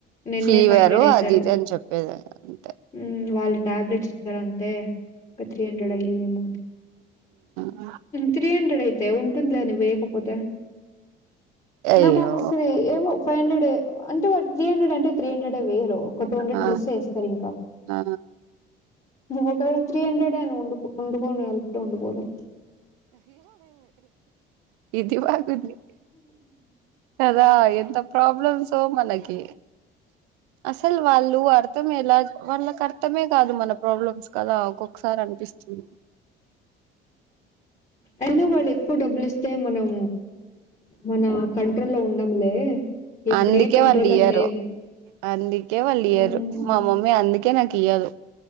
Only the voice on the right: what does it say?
ఫీవరు
అది ఇది అని చెప్పేది అంతే
ఆ
అయ్యో
ఆ
ఆ
ఇది బాగుంది కదా ఎంత ప్రాబ్లమ్స్ో మనకి అసలు వాళ్ళు అర్థం ఎలా వాళ్ళకి అర్థమే కాదు మన ప్రాబ్లమ్స్ కలా ఒకొకసారి అన్ పిస్తుంది
అందుకే
వాళ్ళు ఇయ్యరు
అందుకే వాళ్ళు ఇయ్యరు
మా మమ్మీ అందుకే నక్ కీయ్యదు